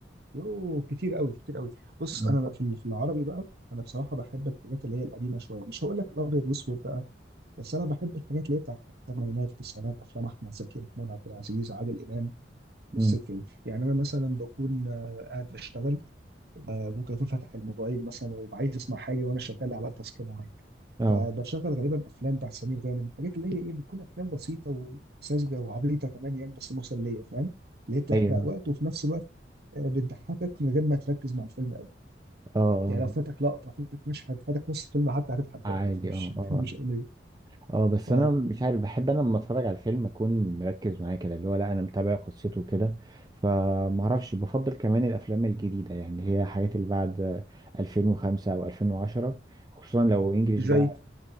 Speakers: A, on the right (about 55°); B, on the right (about 20°).
A: يوه كتير قوي كتير قوي بص
B: مم.
A: انا بقى في ال- في العربي بقى انا بصراحه بحب الحاجات اللي هي القديمه شويه مش هقول لك الابيض واسود بقى بس انا بحب الحاجات اللي هي بتاعت الثمانينات التسعينات افلام احمد زكي محمود عبد العزيز عادل امام السكه
B: امم
A: دي يعني انا مثلا بكون آه، قاعد بشتغل آه، ممكن اكون فاتح الموبايل مثلا وعايز اسمع حاجه وانا شغال على تاسك معين
B: اه
A: فبشغل غالبا افلام بتاع سمير غانم الحاجات اللي هي ايه بتكون افلام بسيطه وساذجه وعبيطه كمان يعني بس مسليه فاهم اللي هي بتحرق
B: ايوه
A: وقت وفي نفس الوقت آه، بتضحكك من غير ما تركز مع الفيلم قوي
B: اه آه،
A: يعني لو فاتك لقطه فاتك مشهد فاتك نص الفيلم حتى هتضحك
B: عادي
A: برضه يعني مش
B: اه اه
A: <laughs> مش قليل
B: اه بس
A: اه
B: انا مش عارف بحب انا لما اتفرج على الفيلم اكون مركز معاه كده اللي هو لا انا متابع قصته كده فمعرفش بفضل كمان الافلام الجديده يعني هي حاجات اللي بعد 2005 او 2010 خصوصا لو انجليش
A: زي
B: بقى